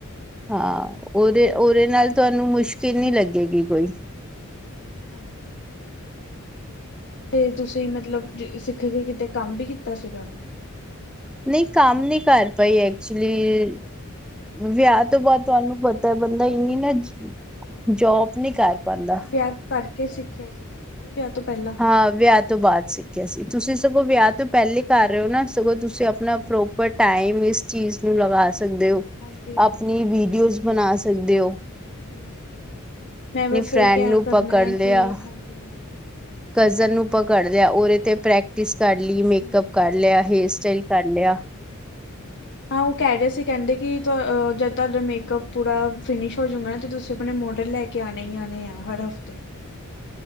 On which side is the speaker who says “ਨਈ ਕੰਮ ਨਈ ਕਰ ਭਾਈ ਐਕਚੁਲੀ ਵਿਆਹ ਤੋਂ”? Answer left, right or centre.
Centre